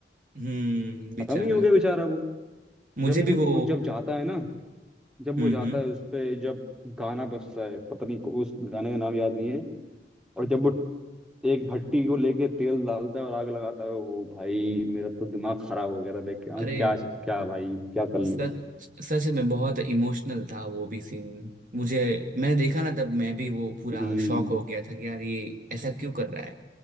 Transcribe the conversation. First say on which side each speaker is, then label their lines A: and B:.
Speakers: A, on the right (about 45°); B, in the centre.
A: हम्म बेचारा
B: खत्म ही हो गया बेचारा वो
A: मुझे
B: जब वो,
A: भी
B: वो
A: वो
B: जब जाता है ना जब
A: हम्म
B: वो जाता है उस पे जब गाना बजता है पता नहीं को- उस गाने का नाम याद नहीं है और
A: हम्म
B: जब वो
A: हाँ।
B: एक भट्टी को लेके तेल डालता है और आग लगाता है ओ भाई मेरा तो दिमाग खराब हो गया था देख के हाँ
A: अरे
B: क्या क्या भाई क्या कर लिया
A: सच सच में बहुत इमोशनल था वो भी सीन मुझे मैंने देखा ना तब मैं भी वो पूरा
B: हम्म
A: शॉक हो गया था कि यार ये ऐसा क्यों कर रहा है